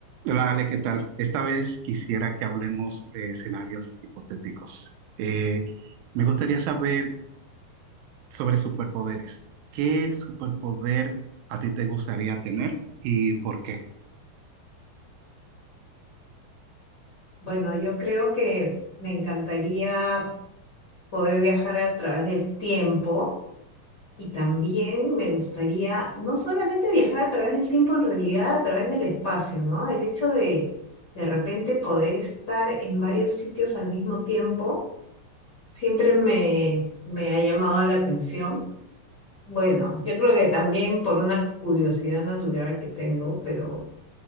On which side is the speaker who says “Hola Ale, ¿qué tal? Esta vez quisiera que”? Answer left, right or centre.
Right